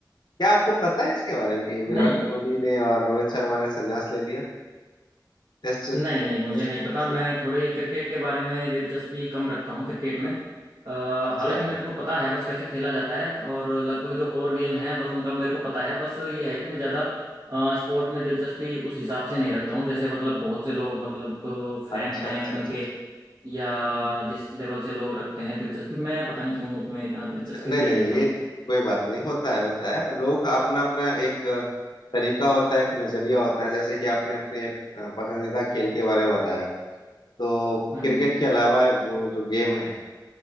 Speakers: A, on the left; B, on the right.
A: क्या आपको पता है इसके बारे में कि विराट
B: नहीं
A: कोहली ने और रोहित शर्मा ने संन्यास ले लिया टेस्ट टेस्ट
B: नहीं नहीं मुझे नहीं
A: क्रिकेट
B: पता
A: से
B: मैं थोड़े क्रिकेट के बारे में दिलचस्पी कम रखता हूँ क्रिकेट में अ,
A: अच्छा
B: हालांकि मेरे को पता है बस कैसे खेला जाता है और लगभग जो और गेम हैं बस उनका मेरे को पता है बस ये है कि मैं ज़्यादा स्पोर्ट में दिलचस्पी उस हिसाब से नहीं रखता हूँ जैसे मतलब बहुत से लोग मतलब फैन
A: अच्छा
B: हैं
A: अच्छा
B: उनके
A: अच्छा अच्छा
B: या जिस लेवल से लोग रखते हैं दिलचस्पी मैं पता नहीं क्यों उसमें इतना दिलचस्पी
A: अच्छा, नहीं
B: <laughs> नहीं
A: नहीं
B: लेता
A: नहीं, ये
B: हूँ
A: कोई बात नहीं होता है होता है लोगों का अपना अपना एक अ, तरीका होता है एक नजरिया होता है जैसे कि आपने अपने अ, पसंदीदा खेल के बारे में बताया तो
B: हम्म
A: क्रिकेट
B: हम्म,
A: के अलावा वो जो गेम है